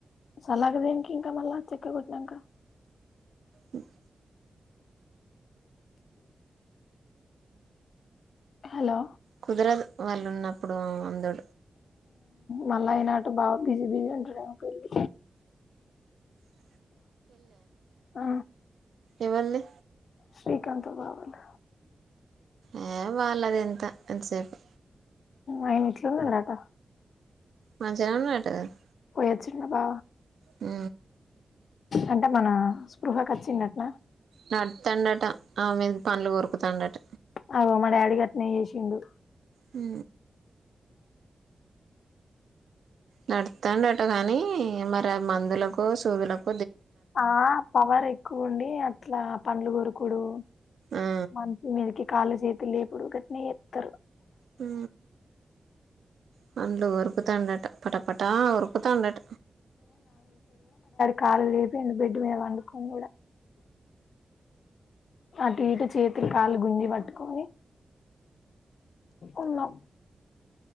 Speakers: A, on the left; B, on the right.
A: సలాగ దేనికి ఇంకా మళ్ళా చెక్క కొట్టినాంక
B: ఓ
A: హలో
B: కుదరదు వాళ్ళు ఉన్నప్పుడు అందు
A: మళ్ళా అయిన అటు బాగా బిజీ బిజీ ఉంటాడేమో పెళ్ళి
B: అ
A: ఆ
B: ఎవర్నీ
A: శ్రీకాంత్ బవలు
B: ఆ వాళ్ళది ఎంత ఎంతసేపు
A: ఆయన ఎట్లు ఉన్నాడట
B: మంచి <unintelligible>
A: వచ్చిన్న బా
B: హు
A: అంటే మన స్పృహకు వచ్చి <unintelligible>
B: నడుతాండట ఆ మీద పనులు కొరుకుతాండట
A: అ మా డాడీ కి అట్నీ చేసిండు
B: హు నడుతాండటా కానీ మరి మందులకు సూదులకు
A: ఆ పవర్ ఎక్కువ ఉండి అట్లా పండ్లు కొరుకుడు
B: ఆ
A: మంచి మీదకి కాళ్ళ చేతి లేపుడు ఒకటినే ఇస్తారు
B: హు పండ్లు కోరుకుతాండట పట పటా కొరుకుతాండట
A: కాళ్ళ <unintelligible> డబెడ్ మీద పండుకొను కూడ అటు ఇటు చేతులు కాళ్లు గుంజి పట్టుకొని ఉన్నాం